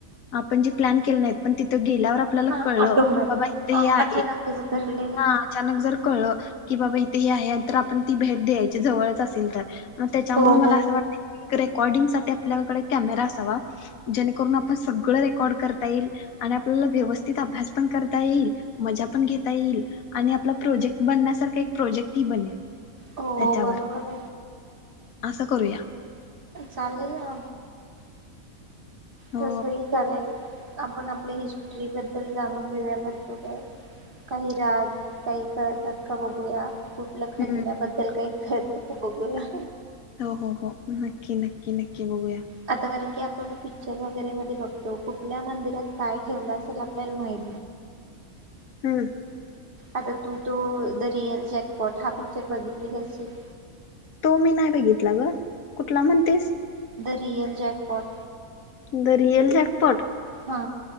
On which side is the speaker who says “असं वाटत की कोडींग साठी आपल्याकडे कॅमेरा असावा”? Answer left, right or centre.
Left